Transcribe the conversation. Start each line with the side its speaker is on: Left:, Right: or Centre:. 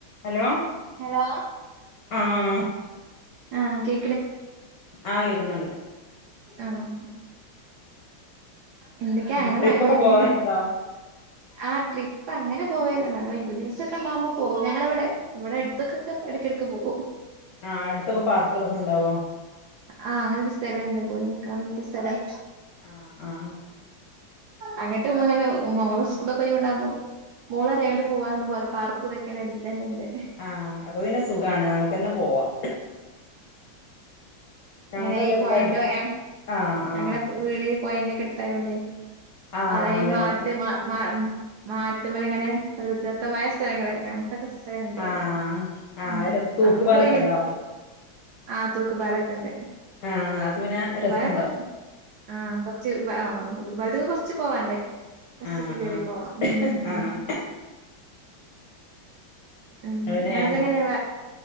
Left: Hello
Right: hello
Left: ആഹ്
Right: ആഹ് കേ
Left: ആ കേ കോന്നുണ്ട്
Right: ആഹ് ഉ എന്തൊക്ക്യാ അങ്ങനെ
Left: ട്രിപ്പൊക്കെ
Right: <unintelligible>
Left: പോവാറുണ്ടോ
Right: ആ ട്രിപ്പ് അങ്ങനെ പോവേല്ല നല്ലു ഒയ്വ് ദിവസൊക്കെണ്ടാവുമ്പോ പോകും ഞങ്ങളെ ഇവ്ടെ ഇവെടെ എടുത്ത്ക്കൊക്കെ എടക്കെടക്ക് പോകും
Left: ആഹ് അടുത്തൊക്കെ പാർക്കുകളൊക്കെ ഉണ്ടാവോ
Right: ആ അങ്ങനെ ഒരു സ്ഥലംൾണ്ട് പോയി വ <unintelligible> സ്ഥലം
Left: ആഹ് ആ
Right: അങ്ങട്ട് ഇങ്ങനെ മോൾ സ്കൂളൊക്കൊയ്വിണ്ടാവ്മ്പോ മോളറിയ അങ്ങട്ട് പോവാ അങ്ങട്ട് പോവറി പാർക്കുതൊക്ക്യാണെ എട്ത്തെന്നെണ്ട്
Left: ആഹ് അപ്പൊ പിന്നെ സുഖാണ് നമുക്കെന്നെ പോവാം ഞങ്ങക്കത്
Right: ഇങ്ങനീ
Left: ഇവിടെ
Right: പൊയന്റെ
Left: അടുത്ത്
Right: <unintelligible>
Left: ആഹ് ആഹ്
Right: ഞങ്ങളെ വീട് പൊയന്റെക്കെട്ത്തായൊണ്ടേ
Left: ആഹ്
Right: അവ്ടെ
Left: അതെല്ലേ
Right: ഈ <unintelligible> മാട്ട്മ്മെലിങ്ങനെ പ്രകൃതിതത്തമായ സ്ഥലങ്ങള് ത്തെ സ്സലങ്ങൾ ഇണ്ട്
Left: ആഹ് ആഹ്
Right: ഉം
Left: രസ് തൂക്കുപാലൊക്കെ
Right: അവ്ടെക്കെ പോയി ഇങ്ങനെ
Left: ഉണ്ടോ
Right: ഇരിക്കും ആഹ് തൂക്ക് പാലൊക്കെണ്ട്
Left: ആഹ് അത് പിന്നെ
Right: തൂക്കുപാലൊക്കെ
Left: രസണ്ടോ
Right: ആഹ് കൊർച് ആഹ് പാൽത്ത്ക്ക്‌ കൊറച്ച് പോവാണ്ട് ബസ്സൊക്കെ
Left: ആഹ്
Right: കേറി
Left: ആഹ്
Right: പോണം ഉം ഉം
Left: ആഹ്
Right: ഉം
Left: ഇവിടെ
Right: അതെങ്ങനെ